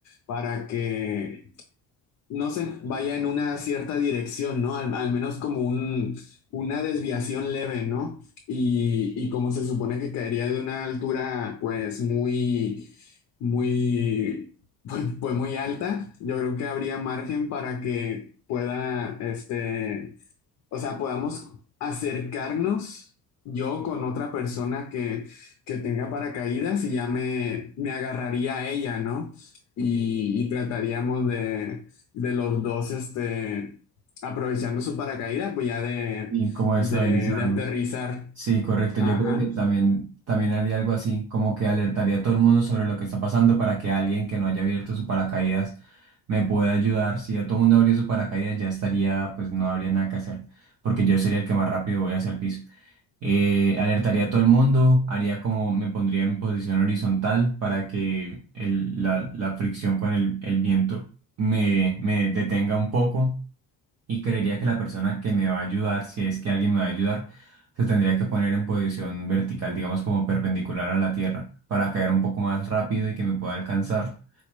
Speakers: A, on the left; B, on the right.
A: para que no sé, vaya en una cierta dirección, ¿no? Al, al menos como un, una desviación leve, ¿no? Y, y como se supone que caería de una altura, pues muy, muy, pues, pues muy alta, yo creo que habría margen para que pueda, este o sea, podamos acercarnos yo con otra persona que, que tenga paracaídas y ya me, me agarraría a ella, ¿no? Y, y trataríamos de, de los dos, este, aprovechando su paracaídas, pues ya de,
B: Y cómo estabilizarnos.
A: de, de aterrizar.
B: Sí, correcto.
A: Ajá.
B: Yo creo que también, también haría algo así, como que alertaría a todo el mundo sobre lo que está pasando para que alguien que no haya abierto su paracaídas me pueda ayudar. Si ya todo el mundo abrió su paracaídas, ya estaría, pues no habría nada que hacer, porque yo sería el que más rápido voy hacia el piso. eh, alertaría a todo el mundo, haría como me pondría en posición horizontal para que el- la, la fricción con el, el viento me, me detenga un poco y creería que la persona que me va a ayudar, si es que alguien me va a ayudar, se tendría que poner en posición vertical, digamos como perpendicular a la tierra, para caer un poco más rápido y que me pueda alcanzar.